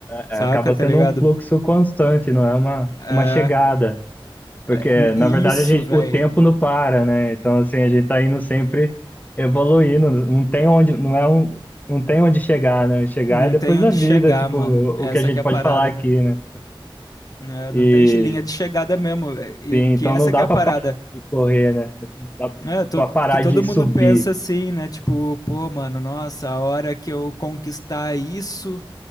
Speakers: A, on the left (about 20°); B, on the left (about 40°).
A: é,
B: saca?
A: acaba
B: Tá
A: sendo
B: ligado?
A: um fluxo constante, não é uma,
B: É,
A: uma chegada. Porque,
B: é, n-
A: na
B: isso,
A: verdade, a gente,
B: velho.
A: o tempo não para, né? Então, assim, a gente tá indo sempre evoluindo, não tem onde, não é um, não tem onde chegar, né? Chegar
B: Não
A: é depois
B: tem
A: da
B: onde
A: vida,
B: chegar,
A: tipo,
B: mano.
A: o
B: Essa
A: que a gente
B: que é
A: pode
B: a parada.
A: falar aqui, né?
B: né,
A: E,
B: não tem linha de chegada mesmo. é, E
A: sim, então
B: que essa
A: não dá
B: que é a
A: pra
B: parada,
A: parar de correr, né? Assim, Não dá
B: né? to-
A: pra parar
B: que todo
A: de subir,
B: mundo pensa assim, né? Tipo, pô, mano, nossa, a hora que eu conquistar isso,